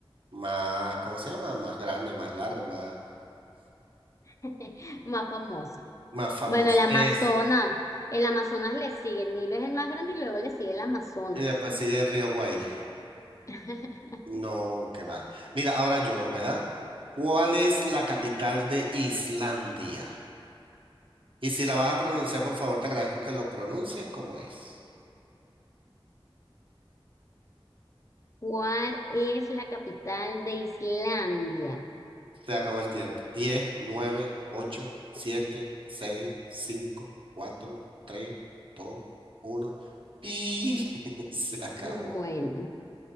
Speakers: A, on the right; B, on the left.
A: más, ¿cómo se llama? Más grande, más largo, más,
B: <laughs> Más famoso.
A: más famoso.
B: Bueno, el Amazonas.
A: Es,
B: El Amazonas le sigue. El Nilo es el más grande y luego le sigue el Amazonas.
A: y después sigue el río Guaire.
B: <laughs>
A: No, que va. Mira, ahora yo, ¿verdad? ¿Cuál es la capital de Islandia? Y si la vas a pronunciar, por favor, te agradezco que lo pronuncies como es.
B: ¿Cuál es la capital de Islandia?
A: Se acabó el tiempo. Diez, nueve, ocho, siete, seis, cinco, cuatro, tres, dos, uno. ¡Pi! <laughs> Se acabó.
B: Bueno,